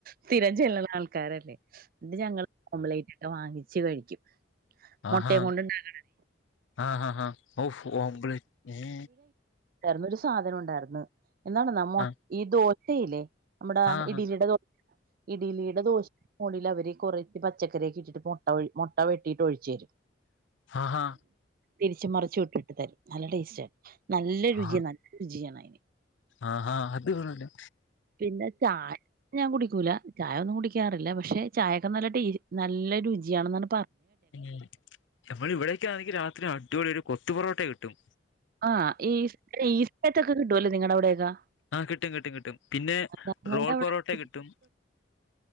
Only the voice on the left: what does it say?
ആഹാ
ആഹ് ആഹ് ഓഹ് ഓംപ്ലേറ്റ് ഏ
ആ
ആഹാ
ആഹാ
ആ
ആഹാ അത് കൊള്ളാല്ലോ?
ഉം ഞമ്മൾ ഇവിടെയൊക്കാണെങ്കി രാത്രി അടിപൊളിയൊരു കൊ ത്തു പൊറോട്ട കിട്ടും.
ആ കിട്ടും, കിട്ടും, കിട്ടും, പിന്നെ
റോൾ
പൊറോട്ട
കിട്ടും.